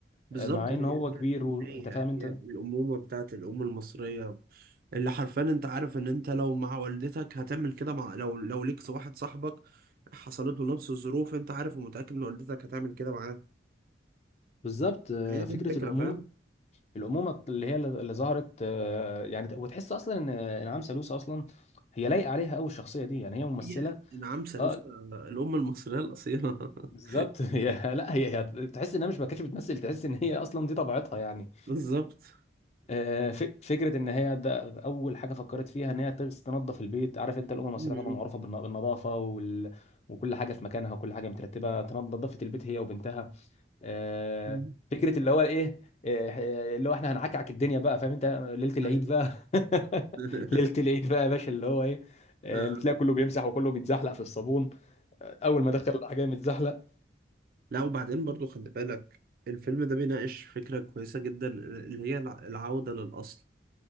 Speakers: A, on the right (about 50°); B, on the left (about 35°).
A: بالظبط
B: آه، مع
A: هي
B: ان هو
A: هي
B: كبير
A: الحنية
B: وانت فاهم انت
A: هي الأمومة بتاعت الأم المصرية اللي حرفيا أنت عارف إن أنت لو مع والدتك هتعمل كده مع لو لو ليك واحد صاحبك حصلت له نفس الظروف أنت عارف ومتأكد إن والدتك هتعمل كده معاه
B: بالظبط آه،
A: هي دي
B: فكره
A: الفكرة
B: الامومه
A: فاهم؟
B: الامومه اللي هي اللي ظهرت آه، يعني وتحس اصلا ان انعام سالوسة اصلا هي لايقه عليها قوي الشخصيه دي يعني هي ممثله
A: هي نعم سالوسة
B: اه
A: الأم المصرية الأصيلة
B: بالظبط
A: <laughs>
B: <laughs> هي لا هي, هي تحس انها مش ما كانتش بتمثل تحس ان هي اصلا دي طبيعتها يعني
A: بالظبط
B: آه، فك- فكره ان هي ده اول حاجه فكرت فيها ان هي تغس- تنظف البيت عارف انت الامم المصريه
A: مم.
B: طبعا معروفه بالن- بالنظافه وال... وكل حاجه في مكانها وكل حاجه مترتبه تنض- نظفت البيت هي وبنتها آه،
A: مم.
B: فكره اللي هو الايه آه، آه، اللي هو احنا هنعكعك الدنيا بقى فاهم انت ليله العيد
A: أيوة.
B: بقى <laughs>
A: <laughs>
B: ليله العيد بقى يا باشا اللي هو ايه آه،
A: آه.
B: تلاقي كله بيمسح وكله بيتزحلق في الصابون آه، اول ما دخل الحاجه متزحلق
A: لا وبعدين برضو خلي بالك الفيلم ده بيناقش فكرة كويسة جدا اللي هي الع- العودة للأصل